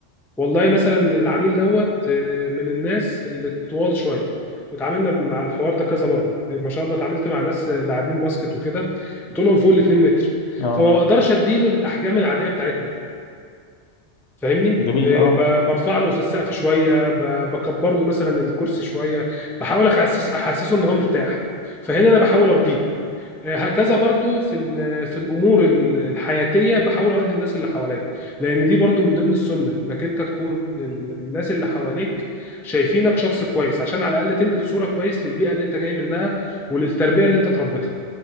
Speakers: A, in the centre; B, on the left (about 65°).
A: والله مثلا العميل دوت آه، من الناس اللي طوال شويه اتعاملنا مع الحوار ده كذا مره ما شاء الله اتعاملت مع ناس لاعبين باسكت وكده طولهم فوق ال 2 متر
B: اه
A: فما بقدرش اديله الاحجام العاديه بتاعتنا فاهمني
B: جميل
A: آه،
B: اه
A: ب- برفع له في السقف شويه ب- بكبر له مثلا الكرسي شويه بحاول احسس احسسه ان هو مرتاح فهنا انا بحاول ارضيه آه، هكذا برضو في ال- في الامور ال- الحياتيه بحاول ارضي الناس اللي حواليا لان دي برضو من ضمن السنه انك انت تكون ال- الناس اللي حواليك شايفينك شخص كويس عشان على الاقل تنقل صوره كويس للبيئه اللي انت جاي منها وللتربيه اللي انت تربيتها